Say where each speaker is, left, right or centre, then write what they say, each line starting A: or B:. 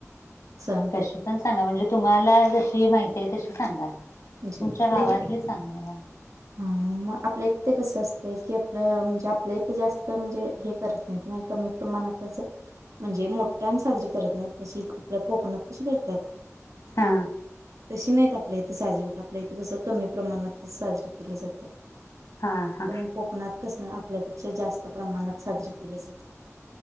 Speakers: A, on the right (about 85°); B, on the left (about 75°).
A: सण?
B: कशी पण सांगा म्हणजे तुम्हाला जशी माहिती आहे, तशी सांगा.
A: णजे
B: तुमच्या
A: आपल्या
B: गावातली
A: इकडे
B: सांगा.
A: हा मग आपल्या इते कस असतंय की न म्हणजे आपल्या इथं जास्त म्हणजे हे करत नाहीत, नाही कमी प्रमाणातच म्हणजे मोठ्या साजरी करत नाहीत, जशी आपल्या कोकणात कशी करत्यात
B: हा
A: तशी नाहीत आपल्यात ते साजरी करतात आपल्या इथे कसं कमी प्रमाणातच साजरी केली जात
B: हा हा
A: पण कोकणात कस आप इथल्यापेक्षा जास्त प्रमाणात साजरे केले जाते